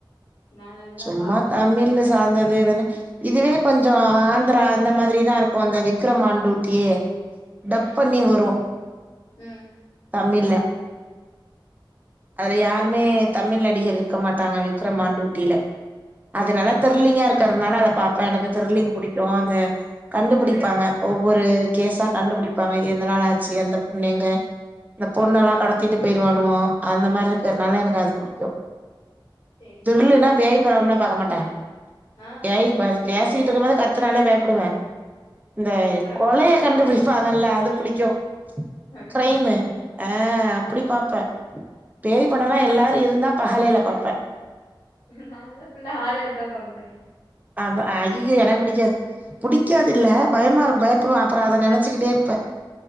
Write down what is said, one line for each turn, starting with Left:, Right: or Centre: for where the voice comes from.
Left: நான் அதுதா
Right: சும்மா
Left: பாப்பே
Right: தமிழ்ல சாந்தது எதனே இதுவே கொஞ்சோ ஆந்திரா அந்த மாதிரிதாருக்கு அந்த விக்ரம் ஆன் டூட்டியே டப்
Left: ம்
Right: பண்ணி வரு
Left: ம்
Right: தமிழ்ல அதுல யாருமே தமிழ் நடிகர் இருக்க மாட்டாங்க விக்ரம் ஆன் டூட்டில அதுனால திர்லிங்கா இருக்கற்னால அத பாப்பே எனக்கு திர்லிங் புடிக்கு அந்த கண்டுபுடிப்பாங்க ஒவ்வொரு கேஸா கண்டுபுடிப்பாங்க இது எதனால ஆச்சு அந்த பொண்ணு எங்க இந்த பொண்ணலா
Left: ம்
Right: கடத்திட்டு போய்ருவானுவோ அந்த மார்ருக்கனால எனக்கு அது புடிக்கு
Left: செரி
Right: த்ரில்லுனா
Left: செரி
Right: பேய் படமுமே பாக்க மாட்டே
Left: ஆ
Right: பேய் பேசிட்ருக்கும்போதே கத்துனாலே பயப்புடுவே இந்த
Left: அப்டியா
Right: கொலய
Left: ஆ
Right: கண்டுபிடி ப்பாங்கல்ல அது புடிக்கு
Left: அவ்யா
Right: கிரைமு ஆ அப்டி பார்ப்பேன் பேய் படம்
Left: நான்
Right: எல்லாரரும் இருந்தால் பகலையில பார்ப்பேன்
Left: நான்ல்லாம் ஃபுல்லா ஹாரர் தான் பார்ப்பனே
Right: அ ஐய்யய்ய எனக்கு பிடிக்காது புடிக்காது இல்ல பயமா இருக்கு பயப்படுவே அப்றோ அத நினச்சிக்கிட்டே இருப்பே